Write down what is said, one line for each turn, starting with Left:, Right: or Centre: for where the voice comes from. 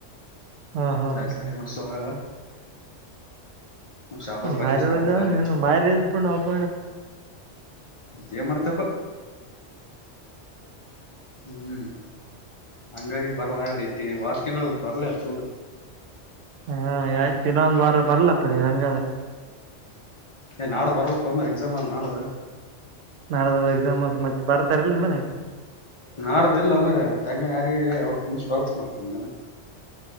Right: ಹಾ ಹಾ
Left: ಜಚತಿ
Right: ಹಾ
Left: ಮ ಸು ಹಗಾಲ ಶಾಪುರ್ ಬನ್ನಿ
Right: ಭಾರಿ
Left: ಶಾಪುರ್ದ
Right: ಹ
Left: ಅಲ್ಲಿ
Right: ಭಾರಿ ಇದ ಪ ಅವಪ
Left: ಮಂತ ಮಾಡ್ತಪ್ಪ ಹ್ಮ್ ಹಂಗಾಗಿ ಬರೋದಾಗಲಿ ಇತಿ ವಾರ ತಿಂಗಳು ಬರ್ಲ ಅಲ್ ಫುಲ್
Right: ಹಾ ಆಯ್ತ ದಿನ ಒಂದ್ ವಾರ ಬರ್ಲಪ್ಪ ನೀನ್ ಹಂಗಾದ್ರ
Left: ಏ ನಾಡ ಬರವಪ್ಪ ಅ ಮ್ರ ಎಕ್ಸಾಮ್ ಮಾಡ್ದ
Right: ನಾಳ ಎಕ್ಸಾಮ್ ಅ ಮತ್ತೆ ಬರ್ತಾರಲ್ಲ ನಿ ಮನೆ
Left: ನಾಡದ ಇಿಲ್ಲ ಮ್ರ ತಂಗ ನಾರಿಗೆ ಹಣಚ್ ಕೊಳಪ ಮಾಡ್ತಿನ